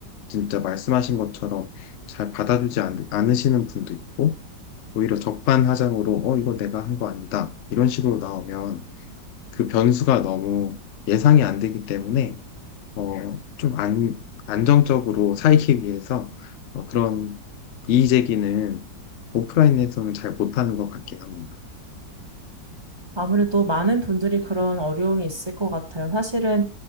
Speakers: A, on the left (about 85°); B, on the right (about 15°).
A: 진짜 말씀하신 것처럼 잘 받아주지 않, 않으시는 분도 있고 오히려 적반하장으로 어 이거 내가 한 거 아니다 이런 식으로 나오면 그 변수가 너무 예상이 안 되기 때문에 어좀 안, 안정적으로 살기 위해서 어, 그런 이의 제기는 오프라인에서는 잘 못하는 것 같긴 합니다.
B: 아무래도 많은 분들이 그런 어려움이 있을 것 같아요. 사실은,